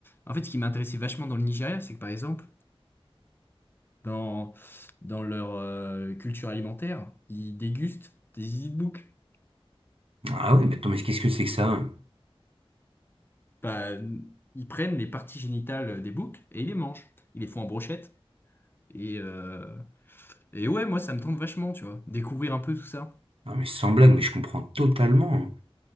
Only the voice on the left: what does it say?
En fait, ce qui m'intéressait vachement dans le Nigeria, c'est que par exemple, dans, dans leur euh, culture alimentaire, ils dégustent des easy de bouc.
Bah, ils prennent les parties génitales des boucs et ils les mangent. Ils les font en brochette. Et, euh, et ouais, moi, ça me tente vachement, tu vois. Découvrir un peu tout ça.